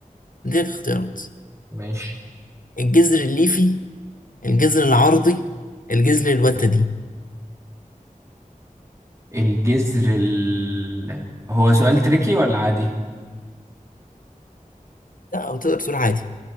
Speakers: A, on the left (about 70°); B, on the right (about 20°).
A: دي الاختيارات
B: ماشي
A: الجزر الليفي الجزر العرضي الجزر الوتدي
B: الجذر ال... هو سؤال تريكي ولا عادي؟
A: لا او تقدر تقول عادي